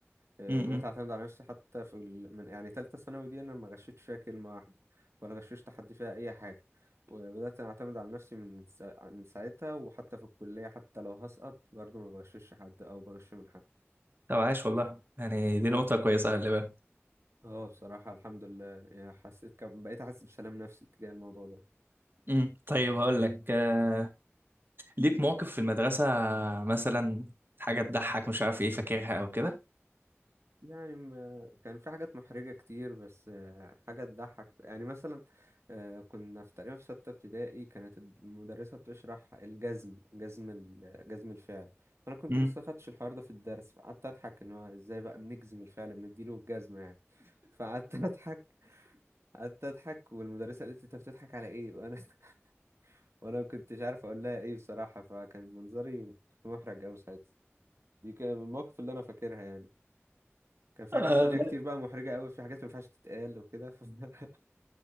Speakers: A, on the right; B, on the right.
A: آه،
B: امم
A: بقيت اعتمد على نفسي حتى في ال... من يعني تالتة ثانوي دي انا ما غشيتش فيها كلمة واحدة ولا غششت حد فيها اي حاجة وبدأت اعتمد على نفسي من سا... من ساعتها وحتى في الكلية حتى لو هسقط برضه ما بغشش حد او بغش من حد
B: طب عاش والله يعني دي نقطة كويسة خلي بالك
A: اه بصراحة الحمد لله يعني حسيت كم بقيت احس بسلام نفسي تجاه الموضوع ده
B: أمم. طيب هقول لك آه، ليك مواقف في المدرسة مثلا حاجة تضحك مش عارف ايه فاكرها او كده
A: يعني ما كان في حاجات محرجة كتير بس آه، حاجة تضحك يعني مثلا آه، كنا في تقريبا في ستة ابتدائي كانت المدرسة بتشرح الجزم جزم ال- جزم الفعل أنا كنت
B: أمم.
A: لسه خدتش الحوار ده في الدرس فقعدت أضحك إن هو إزاي بقى بنجزم الفعل بنديله الجزمة يعني فقعدت <laughs> أضحك قعدت أضحك والمدرسة قالت لي أنت بتضحك على إيه وأنا <laughs> وأنا ما كنتش عارف أقول لها إيه بصراحة فكان منظري كنت محرج أوي ساعتها دي كان من المواقف اللي أنا فاكرها يعني كان في
B: آه،
A: حاجات تانية
B: لا
A: كتير بقى محرجة قوي في حاجات ما ينفعش تتقال وكده ف... <laughs>